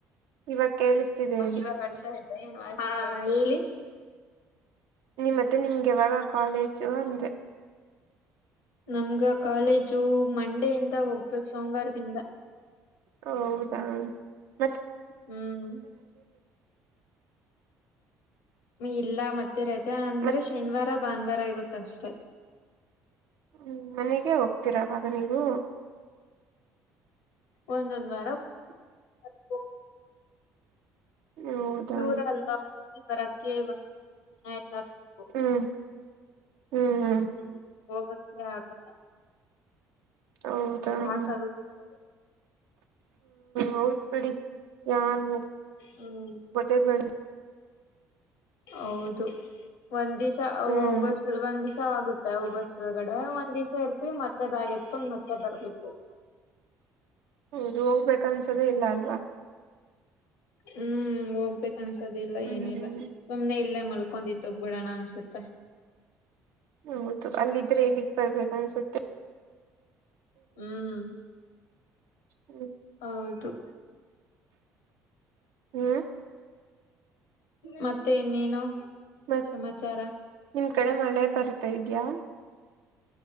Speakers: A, on the right; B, on the left.
A: ಇವಾಗ ಕೇಳಿಸ್ತಿದೆ
B: ಮತ್
A: ಹೇಳಿ.
B: ಇವಾಗ ಅಳ್ತಾ ಇದ್ದ ಹಾ ಹೇಳಿ.
A: ಮತ್ತೆ ನಿಮ್ಗೆ ಯಾವಾಗ ಕಾಲೇಜು ಅಂದೆ.
B: ನಮ್ಗ ಕಾಲೇಜು ಮಂಡೇ ಇಂದ ಹೋಗ್ಬೇಕು ಸೋಮವಾರದಿಂದ.
A: ಹೌದಾ ಮತ್
B: ಹ್ಮ್. ಇಲ್ಲ ಮತ್ತೆ ರಜಾ ಅಂದ್ರೆ
A: ಮತ್
B: ಶನಿವಾರ ಭಾನುವಾರ ಇರುತ್ತಷ್ಟೆ.
A: ಹ್ಮ್ ಮನೆಗೆ ಹೋಗ್ತೀರ ಆವಾಗ ನೀವು.
B: ಒಂದೊಂದ್ ವಾರ ಹೋಗ್ತೀನಿ ಮತ್ ಹೋಗಲ್ಲ.
A: ಹೌದಾ
B: ದೂರ ಅಲ್ವಾ ಹೋಗಿ ಬರಕ್ಕೆ ಎಲ್ಲ ಬೇಕು
A: ಹ್ಮ್. ಹ್ಮ್ ಹ್ಮ್
B: ಹ್ಮ ಹೋಗಕ್ಕೆ ಆಗಲ್ಲ.
A: ಹೌದಾ
B: ಸಾಕಾಗೋಗುತ್ತೆ
A: ಹ್ಮ್ ಹೌದ್ ಬಿಡಿ ಯಾರ್ ಹೋಗೋದೆ
B: ಹ್ಮ್
A: ಬೇಡ
B: ಹೌದು ಒಂದ್ ದಿವ್ಸ
A: ಹ್ಮ್
B: ಹೋಗೊಸ್ಟ್ರಲ್ಲಿ ಒಂದಿವ್ಸ ಸ ಆಗುತ್ತೆ ಹೋಗೋಸ್ಟ್ರೊಳ್ಗಡೆ ಒಂದ್ ದಿವ್ಸ ಇರ್ತಿವಿ ಮತ್ತೆ ಬ್ಯಾಗ್ ಎತ್ಕೊಂಡ್ ಮತ್ತೆ ಬರ್ಬೇಕು.
A: ಹೌದು ಹೋಗ್ಬೇಕ ಅನ್ಸದೆೇ ಇಲ್ಲ ಅಲ್ವಾ.
B: ಹ್ಮ್ ಹೋಗ್ಬೇಕ ಅನ್ಸದಿಲ್ಲ
A: ಹ್ಮ್
B: ಏನು ಇಲ್ಲ ಸುಮ್ನೆ ಇಲ್ಲೇ ಮಲ್ ಕೊಂಡಿದ್ ಹೋಗ್ಬಿಡೋಣ ಅನ್ಸುತ್ತೆ.
A: ಹೌದು ಅಲ್ಲಿದ್ರೆ ಇಲ್ಲಿಗ್ ಬರ್ಬೇಕ ಅನ್ಸುತ್ತೆ
B: ಹ್ಮ್.
A: ಹ್ಮ.
B: ಹೌದು.
A: ಆ
B: ಮತ್ತೆ ಇನ್ನೇನು.
A: ಮತ್
B: ಸಮಾಚಾರ
A: ನಿಮ್ ಕಡೆ ಮಳೆ ಬರ್ತಾ ಇದ್ಯಾ.